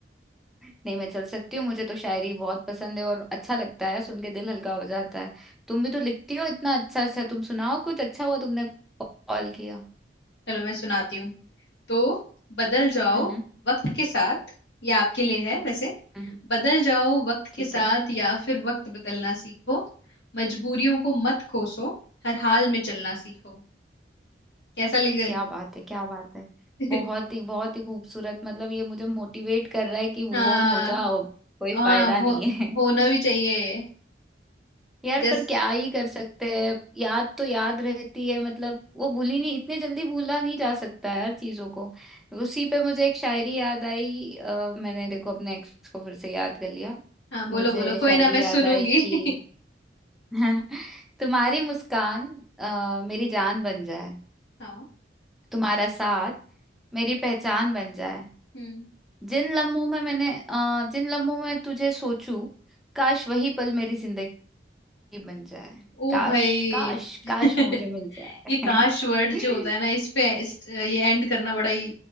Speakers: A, in the centre; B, on the left (about 80°).
A: नहीं मैं चल सकती हूँ मुझे तो शायरी बहुत पसंद है और अच्छा लगता है सुन के दिल हल्का हो जाता है तुम भी तो लिखती हो इतना अच्छा अच्छा तुम सुनाओ कुछ अच्छा हुआ तुमने कॉल किया
B: चलो मैं सुनाती हूँ तो बदल जाओ
A: हम्म
B: वक्त के साथ ये आपके लिए है वैसे
A: हम्म
B: बदल जाओ वक्त
A: ठीक
B: के साथ
A: है
B: या फिर वक्त बदलना सीखो मजबूरियों को मत कोसो हर हाल में चलना सीखो कैसा लगे
A: क्या बात है क्या बात है
B: <laughs>
A: बहुत ही बहुत ही खूबसूरत मतलब ये मुझे मोटिवेट कर रहा है कि मूव
B: हाँ
A: ऑन हो जाओ कोई
B: हाँ
A: फायदा
B: हो,
A: नहीं है
B: होना
A: <laughs>
B: भी चाहिए
A: यार
B: जस
A: पर क्या ही कर सकते हैं याद तो याद रहती है मतलब वो भूली नहीं इतने जल्दी भूला नहीं जा सकता है यार चीजों को उसी पे मुझे एक शायरी याद आई अ, मैंने देखो अपने एक्स को फिर से याद कर लिया
B: हाँ बोलो
A: मुझे
B: बोलो कोई
A: शायरी
B: ना मैं
A: याद
B: सुनूंगी
A: आई कि
B: <laughs>
A: <laughs> तुम्हारी मुस्कान अ, मेरी जान बन जाए
B: हाँ
A: तुम्हारा साथ मेरी पहचान बन जाए
B: हम्म
A: जिन लम्हों में मैंने अ, जिन लम्हों में तुझे सोचूं काश वही पल मेरी जिंदगी ही बन जाए
B: ओ
A: काश
B: भाई
A: काश
B: <laughs>
A: काश वो मुझे मिल जाए
B: ये काश वर्ड जो होता है ना
A: <laughs>
B: इस पे इस, ये एंड करना बड़ा ही